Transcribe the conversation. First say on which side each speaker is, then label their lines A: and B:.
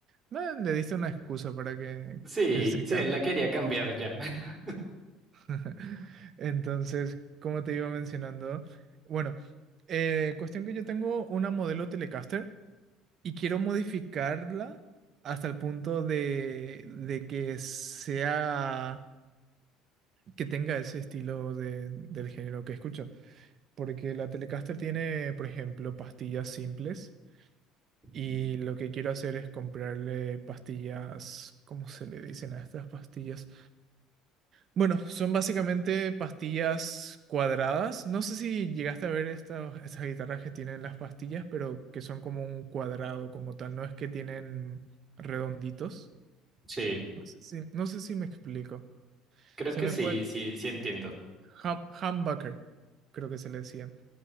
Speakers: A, on the right; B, on the right.
A: No, le diste una excusa para que,
B: Sí,
A: que se
B: sí,
A: cambie.
B: él la quería cambiar ya. <laughs>
A: <laughs> Entonces, como te iba mencionando, bueno, eh, cuestión que yo tengo una modelo Telecaster y quiero modificarla hasta el punto de, de que sea, que tenga ese estilo de- del género que escucho. Porque la Telecaster tiene, por ejemplo, pastillas simples
B: Ujú.
A: y lo que quiero hacer es comprarle pastillas, ¿cómo se le dicen a estas pastillas? Bueno, son básicamente pastillas cuadradas. No sé si llegaste a ver estas estas guitarras que tienen las pastillas, pero que son como un cuadrado como tal, no es que tienen redonditos.
B: Sí,
A: No sé si, no sé si me explico.
B: creo
A: Se
B: que
A: me
B: sí,
A: fue el
B: sí, sí entiendo.
A: hum- humbucker, creo que se le decían.